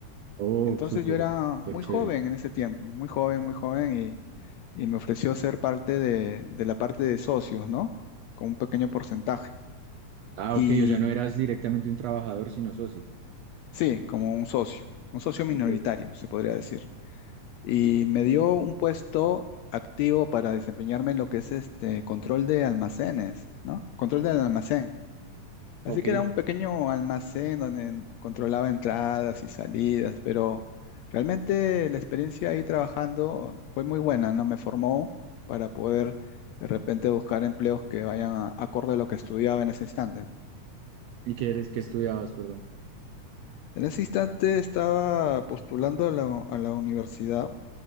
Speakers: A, on the right; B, on the left.
A: Oh,
B: Entonces
A: súper,
B: yo era
A: súper
B: muy
A: chévere.
B: joven en ese tiempo, muy joven, muy joven, y, y me ofreció ser parte de, de la parte de socios, ¿no? Con un pequeño porcentaje.
A: Ah,
B: Y
A: ok, o sea, no eras directamente un trabajador, sino socio.
B: sí, como un socio, un socio minoritario,
A: Ok,
B: se podría decir. Y me dio un puesto activo para desempeñarme en lo que es este control de almacenes, ¿no? Control del almacén. Así
A: ok.
B: que era un pequeño almacén donde controlaba entradas y salidas, pero realmente la experiencia ahí trabajando fue muy buena, ¿no? Me formó para poder de repente buscar empleos que vayan a- acorde a lo que estudiaba en ese instante.
A: ¿Y qué eres, qué estudiabas, perdón?
B: En ese instante estaba postulando a la, a la universidad